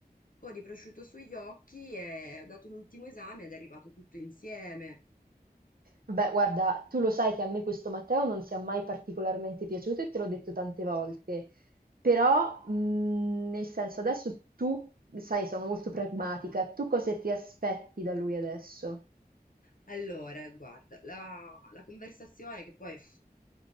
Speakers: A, on the left; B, on the right.
A: po' di prosciutto sugli occhi e ho dato l'ultimo esame ed è arrivato tutto insieme.
B: Vabbè, guarda, tu lo sai che a me questo Matteo non sia mai particolarmente piaciuto e te l'ho detto tante volte, però mh, nel senso adesso tu, sai, sono molto pragmatica, tu cosa ti aspetti da lui adesso?
A: Allora, guarda, la, la conversazione che poi...